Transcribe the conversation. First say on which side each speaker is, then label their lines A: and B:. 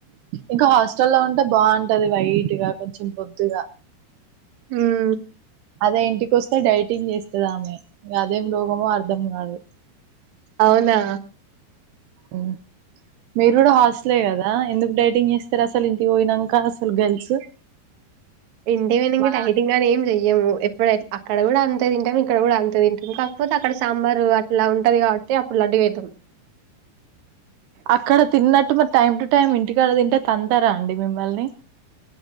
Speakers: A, on the right (about 75°); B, on the right (about 60°).
A: ఇంకా హాస్టల్ లో ఉంటే బావుంటది వైట్గా, కొంచెం బొద్దుగా.
B: మ్
A: అదే ఇంటికి వస్తే డైటింగ్ చేస్తాదామె ఇగ అదేం రోగమో అర్ధం కాదు.
B: అవునా
A: ఉ మీరు కూడా హాస్టలే కదా ఎందుకు డైటింగ్ చేస్తారు అసలు ఇంటికి పోయినంక అసలు గర్ల్స్
B: ఇంటికి పోయినంక
A: మళ్ళ
B: డైటింగ్ అని ఏం చెయ్యము ఎప్ ఎప్పుడు అక్కడ కూడా అంతే తింటాం, ఇక్కడ కూడా అంతే తింటాం. కాకపోతే అక్కడ సాంబార్ అట్లా ఉంటది కాబట్టి అప్పుడు లడ్డు గా అయితం
A: అక్కడ తిన్నట్టు మరి టైమ్ టు టైమ్ ఇంటికాడ తింటే తంతారా అండి మిమ్మల్ని.